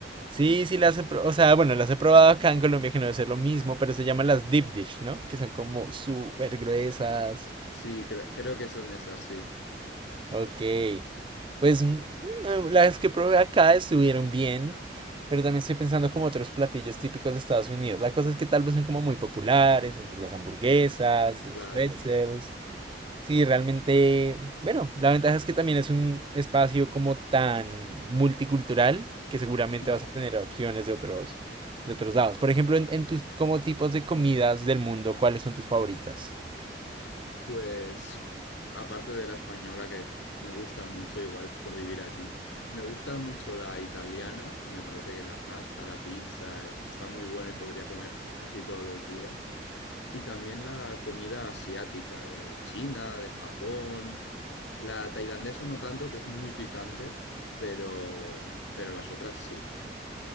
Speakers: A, on the right; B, on the left.
A: Sí, sí, las he, pro- o sea, bueno, las he probado acá en Colombia, que no debe ser lo mismo, pero se llaman las deep dish, ¿no? Que son como súper gruesas,
B: Sí, cre- creo que son esas, sí.
A: Ok. Pues mm, mm, las que probé acá estuvieron bien, pero también estoy pensando como otros platillos típicos de Estados Unidos. La cosa es que tal vez son como muy populares, entonces las hamburguesas, los
B: Claro.
A: pretzels. Sí, realmente, bueno, la ventaja es que también es un espacio como tan multicultural que seguramente
B: Hmm.
A: vas a tener opciones de otros, de otros lados. Por ejemplo, en, en tus como tipos de comidas del mundo, ¿cuáles son tus favoritas?
B: Pues aparte de la española, que me gusta mucho, igual es por vivir aquí, me gusta mucho la italiana, me parece que la pasta, la pizza, es- está muy bueno y podría comer casi todos los días. Y también la comida asiática, de China, de Japón, la tailandesa no tanto, que es muy picante, pero, pero las otras sí.